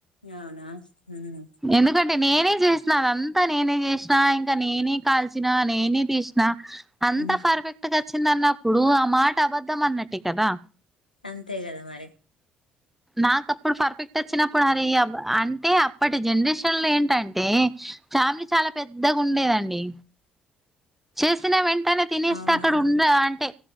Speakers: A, on the left (about 85°); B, in the centre.
A: అవునా ఉమ్.
B: ఎందుకంటే నేనే చేసి ఇప్పుడు అదంతా నేనే చేసినా ఇంకా నేనే కాల్చినా నేనే తీసిన అంతా
A: ఉమ్.
B: పర్ఫెక్ట్గా వచ్చిందన్నప్పుడు ఆ మాట అబద్ధం అన్నటే కదా
A: అంతే కదా మరి
B: నాక అప్పుడు పర్ఫెక్ట్ వచ్చినప్పుడు హరే అంటే అప్పటి జనరేషన్ లో ఏంటంటే ఫ్యామిలీ చాలా పెద్దగా ఉండేదండి. చేసినా వెంటనే తినేస్తే
A: అవునవును
B: అక్కడ ఉందా అంటే